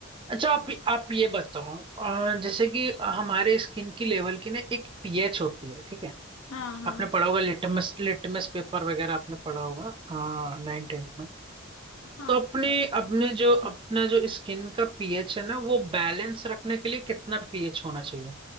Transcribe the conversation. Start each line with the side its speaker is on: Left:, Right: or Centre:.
Right: अच्छा आप आप ये बताओ अ, जैसे कि हमारे स्किन की लेवल की ना एक पीएच होती है ठीक है
Left: हाँ हाँ
Right: आपने पढ़ा होगा लिटमस लिटमस पेपर वगैरह आपने पढ़ा होगा नाइन टेंथ में
Left: हाँ
Right: तो अपने
Left: दो
Right: अपने जो अपना जो स्किन का पीएच है ना वो बैलेंस रखने के लिए कितना पीएच होना चाहिए